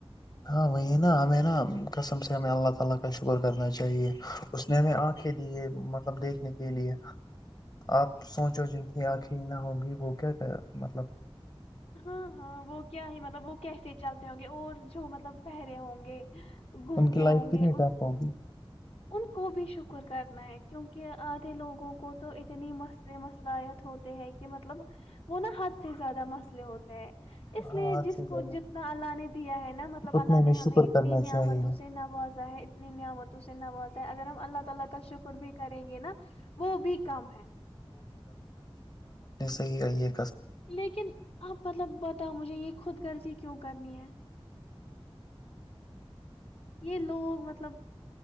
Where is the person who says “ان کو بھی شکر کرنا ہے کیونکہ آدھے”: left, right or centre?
Left